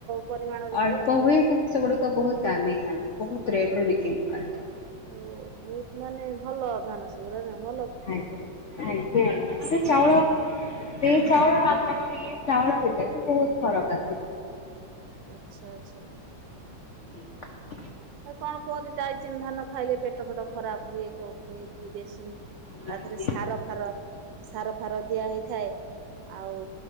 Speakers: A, on the right; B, on the left.
A: ପରିମାଣରେ
B: ଅଳ୍ପ
A: ଆଉ।
B: ହୁଏ କିନ୍ତୁ ସେଗୁଡିକ ବହୁତ ଦାମୀ ଧାନ ବହୁତ ରେଟ ରେ ବିକ୍ରି କରାଯାଏ।
A: ଓ ବହୁତ ମାନେ ଭଲ ଧାନ ସେଗୁରା ନା ଭଲ
B: ଆଜ୍ଞା
A: ଇଏର
B: ଆଜ୍ଞା ଆଜ୍ଞା ସେ ଚାଉଳ ସେହି ଚାଉଳ ଆମର ଇଏ ଚାଉଳ ଭିତରେ ବହୁତ ଫରକ ଆସିବ।
A: ଆଚ୍ଛା ଆଚ୍ଛା।
B: <unintelligible>
A: କଣ କୁହନ୍ତି ତାଇଚୀନ୍ ଧାନ ଖାଇଲେ ପେଟ ଫେଟ ଖରାପ ହୁଏ, କଣ କୁହେ କି ବେଶୀ ତା
B: ନାଇଁ।
A: ଦେହରେ ସାର ଫାର ସାର ଫାର ଦିଆ ହେଇଥାଏ। ଆଉ